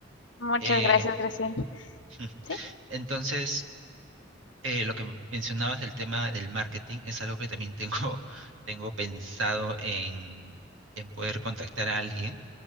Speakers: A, on the left (about 65°); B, on the right (about 80°).
A: Muchas
B: Eh,
A: gracias, Graciela.
B: <laughs>
A: Sí.
B: entonces, eh, lo que mencionabas del tema del marketing es algo que también tengo, <laughs> tengo pensado en, en poder contactar a alguien,